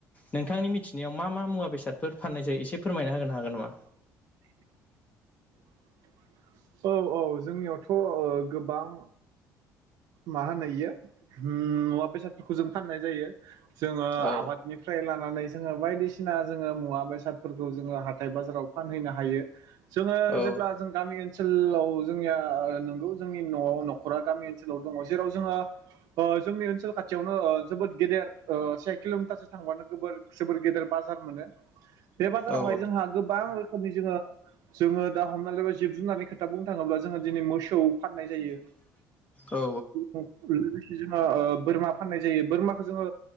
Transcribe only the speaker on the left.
नोंथांनि मिथिनायाव मा मा मुवा बेसादफोर फान नाय एसे फोरमायना होनो हागोन नामा
औ
औ
औ
औ